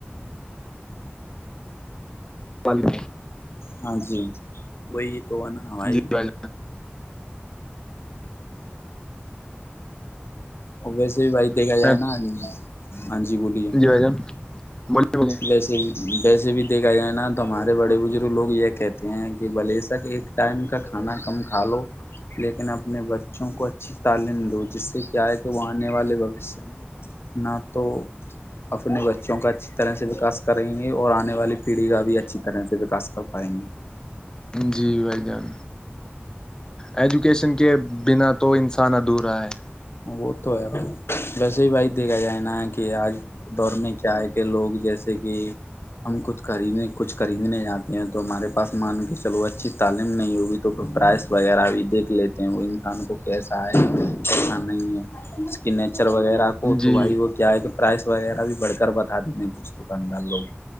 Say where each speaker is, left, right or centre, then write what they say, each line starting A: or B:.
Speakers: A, on the left; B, on the left.
A: پال ہ
B: ہاں جی وہی تو ہو نا ہماری
A: جی بھائی
B: ویسے بھی بھائی دیکھا
A: جان
B: جائے نا ہاں جی بولی
A: جی جان بولیے بولیے
B: ویسے ویسے بھی دیکھا جائے نا تو ہمارے بڑے بزرگ لوگ یہ کہتے ہیں کہ بلے سک ایک ٹائم کا کھانا کم کھا لو لیکن اپنے بچوں کو اچھی تعلیم دو جس سے کیا ہے کہ وہ آنے والے بوشیہ میں نہ تو اپنے بچوں کا طرح سے وکس کریں گے اور آنے والی پیڑھی کا بھی اچھی طرح سے وکس کر پائیں گے
A: جی بھائی جان ایجوکیشن کے بنا تو انسان ادھورا ہے
B: وہ تو ہے ب ویسے ہی بھائی دیکھا جائے نا کہ آج دور میں کیا ہے کہ لوگ جیسے کہ ہم کچھ خریدنے کچھ خریدنے جاتے ہیں تو ہمارے پاس مان کے چلو اچھی تعلیم نہیں ہوگی تو پرائس وغیرہ بھی دیکھ لیتے ہیں وہ انسان کو کیسا ہے کیسا نہیں ہے اس کی نیچر وغیرہ کو تو
A: جی
B: بھائی وہ کیا ہے کہ پرائس وغیرہ بھی بڑھ کر بتا دیتے ہیں کچھ دکاندار لوگ